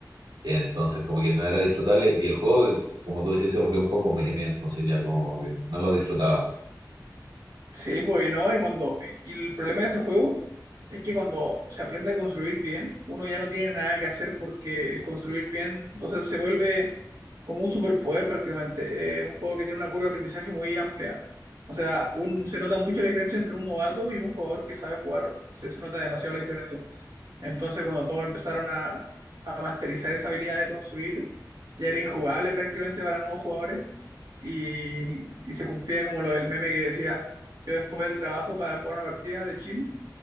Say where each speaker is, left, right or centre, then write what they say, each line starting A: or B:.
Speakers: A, on the right (about 80°); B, on the right (about 55°).
A: entonces como que no era disfrutable y el juego, como tú decís, se volvió un poco meme, entonces ya como que no lo disfrutaba.
B: Sí, pues y no, y cuando. Y el problema de ese juego es que cuando se aprende a construir bien, uno ya no tiene nada que hacer porque el construir bien, o sea, se vuelve como un superpoder prácticamente. Es un juego que tiene una curva de aprendizaje muy amplia. O sea, un, se nota mucho la diferencia entre un novato y un jugador que sabe jugar. Se, se nota demasiado la diferencia. Entonces, cuando todos empezaron a, a masterizar esa habilidad de construir, ya era injugable prácticamente para nuevos jugadores y, y se cumplía como lo del meme que decía, yo después del trabajo para jugar una partida de chill,